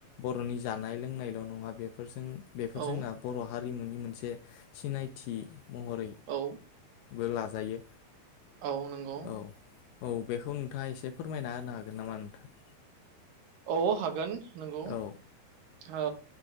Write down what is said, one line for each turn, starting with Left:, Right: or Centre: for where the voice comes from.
Left: बर'नि जानाय लोंनायल' नङा बेफोरजों बेफोर
Right: औ
Left: जोंना बर' हारिमुनि मोनसे सिनाय थि। महरै
Right: औ
Left: बो लाजायो।
Right: औ नोंगौ।
Left: औ औ बेखौ नोंथाङा एसे फोरमायना होनो हागोन नामा नोंथां?
Right: औ हागोन। नोंगौ
Left: औ
Right: ओ